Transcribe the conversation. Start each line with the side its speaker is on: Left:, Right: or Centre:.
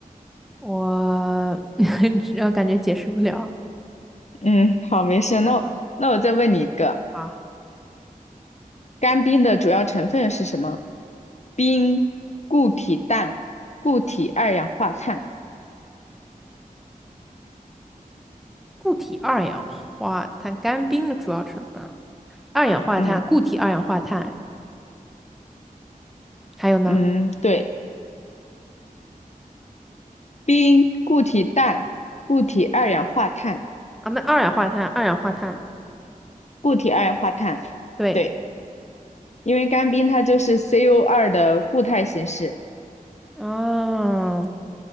Centre: 我 <laughs> 感觉解释不了。
Left: 嗯，好，没事。那我那我再问你一个，
Centre: 嗯，好。
Left: 干冰的主要成分是什么？冰、固体氮、固体二氧化碳。
Centre: 固体二氧化碳干冰的主要成分，二氧化碳、
Left: 嗯
Centre: 固体二氧化碳，还有呢？
Left: 嗯，对，冰、固体氮、固体二氧化碳、
Centre: 啊，那二氧化碳，二氧化碳，
Left: 固体二氧化碳。
Centre: 对，
Left: 对，因为干冰它就是 c o 二的固态形式。
Centre: 啊，